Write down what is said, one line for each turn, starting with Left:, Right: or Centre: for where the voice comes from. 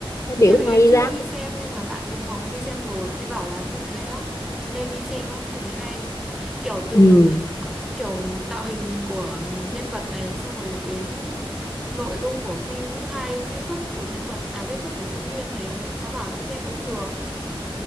Left: có biểu
Centre: em thì
Left: hay
Centre: em chưa
Left: lắm
Centre: đi xem nhưng mà bạn cùng phòng em đi xem rồi bạn ấy bảo là phim đấy hay lắm nên đi xem á phim đấy hay kiểu từ
Left: ừ
Centre: kiểu tạo hình của nhân vật này xong rồi đến nội dung của phim cũng hay diễn xuất của nhân vật à diễn xuất của diễn viên thấy nó bảo là xem cũng được